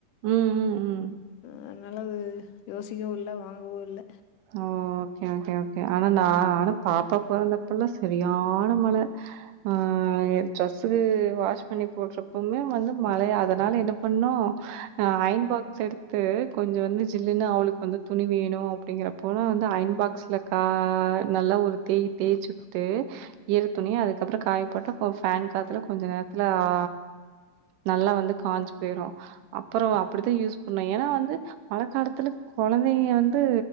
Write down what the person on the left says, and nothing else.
அ நல்லது யோசிக்கவோ இல்ல வாங்கவோ இல்ல